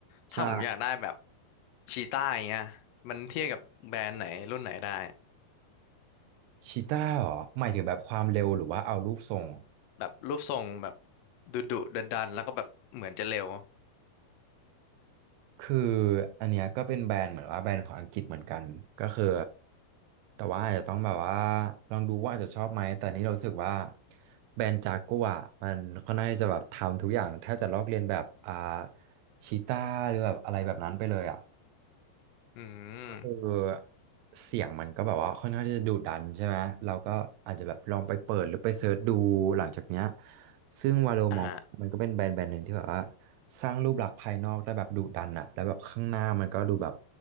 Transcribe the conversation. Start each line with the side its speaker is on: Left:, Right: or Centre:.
Right: ใช่
Left: ถ้าผมอยากได้แบบชีต้าอย่างเงี้ยมันเทียบกับแบรนด์ไหนรุ่นไหนได้
Right: ชีต้าเหรอหมายถึงแบบความเร็วหรือว่าเอารูปทรง
Left: แบบรูปทรงแบบดุดุดันดันๆแล้วก็แบบเหมือนจะเร็ว
Right: คืออันเนี้ยก็เป็นแบรนด์เหมือนว่าแบรนด์ของอังกฤษเหมือนกันก็คือแต่ว่าอาจจะต้องแบบว่าลองดูว่าอาจจะชอบไหมแต่นี้เรารู้สึกว่าแบรนด์จากัวร์มันค่อนข้างที่จะแบบทำทุกอย่างแทบจะลอกเลียนแบบอ่าชีต้าหรือแบบอะไรแบบนั้นไปเลยอ่ะ
Left: อืม
Right: คือเสียงมันก็แบบว่าค่อนข้างที่จะดุดันใช่ไหมเราก็อาจจะแบบลองไปเปิดหรือไปเซิร์ชดูหลังจากเนี้ยซึ่งวาโลมองมันก็เป็นแบรนด์แบรนด์หนึ่งที่แบบว่า
Left: อ่าฮะ
Right: สร้างรูปลักษณ์ภายนอกได้แบบดุดันอะแล้วแบบข้างหน้ามันก็ดูแบบ